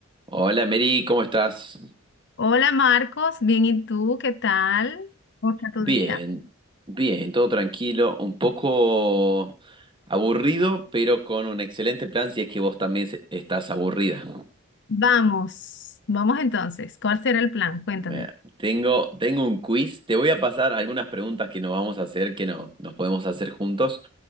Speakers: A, on the right; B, on the left.
A: Hola Mary, ¿cómo estás?
B: Hola Marcos, bien, ¿y tú? ¿Qué tal? ¿Cómo está tu
A: Bien,
B: día?
A: bien, todo tranquilo, un poco aburrido, pero con un excelente plan si es que vos también se- estás aburrida.
B: Vamos, vamos entonces. ¿Cuál será el plan? Cuéntame.
A: Me- Tengo, tengo un quiz, te voy a pasar algunas preguntas que nos vamos a hacer, que no, nos podemos hacer juntos.